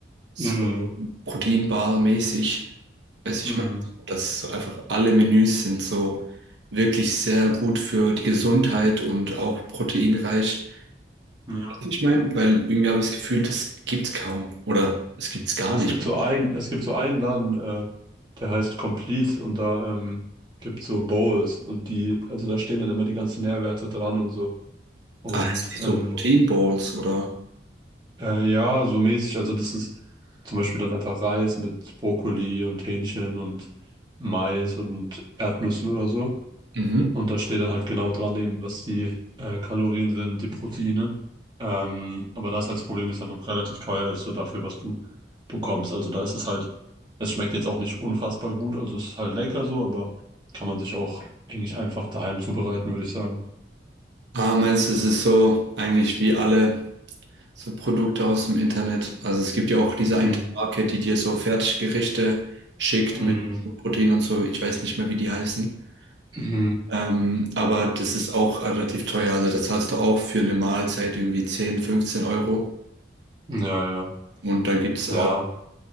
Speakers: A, on the right; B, on the right.
A: so
B: Mhm.
A: Proteinbar-mäßig, weiß
B: Mhm.
A: ich meine, dass so einfach alle Menüs sind so wirklich sehr gut für die Gesundheit und auch proteinreich.
B: Ja.
A: Ich meine, weil irgendwie habe ich das Gefühl, das gibt's kaum oder es gibt's gar
B: Es
A: nicht.
B: gibt so ein, es gibt so einen Laden, äh, der heißt Complete und da ähm, gibt so Bowls und die, also da stehen dann immer die ganzen Nährwerte dran und so. Und
A: Ah, es gibt
B: ähm,
A: so Protein Bowls oder.
B: äh, ja, so mäßig, also das ist zum Beispiel dann einfach Reis mit Brokkoli und Hähnchen und Mais und Erdnüssen oder so.
A: Mhm.
B: Und da steht dann halt genau dran, eben, was die äh, Kalorien sind, die Proteine. Ähm, aber das halt das Problem ist, dann noch relativ teuer ist, so dafür, was du bekommst. Also da ist es halt, es schmeckt jetzt auch nicht unfassbar gut, also es ist halt lecker so, aber kann man sich auch eigentlich einfach daheim zubereiten, würde ich sagen.
A: Ah, meinst du, es ist so eigentlich wie alle so Produkte aus dem Internet? Also es gibt ja auch diese eine
B: Mm,
A: Marke, die dir so Fertiggerichte schickt
B: mm,
A: mit Protein und so. Ich weiß nicht mehr, wie die heißen.
B: mm,
A: Ähm, aber das ist auch relativ teuer. Also das zahlst du auch für eine Mahlzeit irgendwie 10, 15 Euro.
B: ja, ja,
A: Und da gibt's
B: ja,
A: auch,